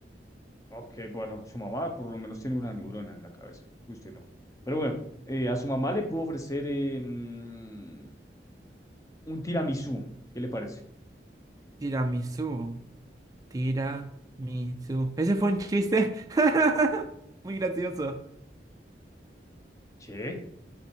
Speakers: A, on the left (about 20°); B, on the right (about 20°).
A: ok, bueno, su mamá por lo menos tiene una neurona en la cabeza, que usted no. Pero bueno, eh, a su mamá le puedo ofrecer eh, mm, un tiramisú, ¿qué le parece?
B: Tiramisú. Tiramisú. Ese fue un chiste <laughs> muy gracioso.
A: Che,